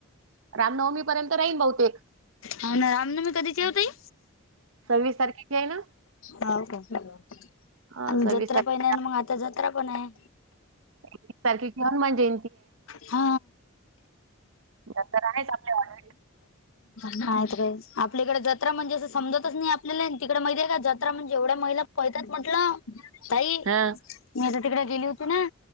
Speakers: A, on the right (about 70°); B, on the left (about 70°).
A: रामनवमी पर्यंत राहीन बहुतेक.
B: हो ना रामनवमी कधीच ओ तई?
A: सव्वीस तारखेची आहे ना.
B: हाव काय
A: हा,
B: आणि
A: सव्वीस
B: जत्रा
A: तारखेची
B: पहि नाही मग आता जत्रा पण आहे.
A: एकवीस तारखे येऊन म्हणजे,
B: हा.
A: दसरा आहेच आपल्या ऑलरेडी
B: मात रे आपल्या इकडे जत्रा म्हणजे असं समजतच नाही आपल्याला तिकडे माहिती आहे का जञा म्हणजे एवढ्या महिला पळतात म्हटलं. ताई
A: हा
B: मी आता तिकड गेली होती ना